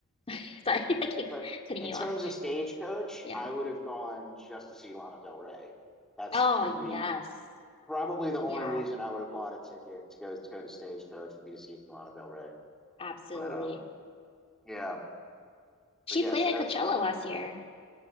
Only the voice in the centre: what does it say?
but
in
terms
of Stagecoach,
I would have gone just to see Lana Del Rey. That's
would
be probably the only
reason I would have bought a ticket to go to go to Stagecoach would be to see Lana Del Rey.
But um, yeah,
but yeah.
So
that's
um,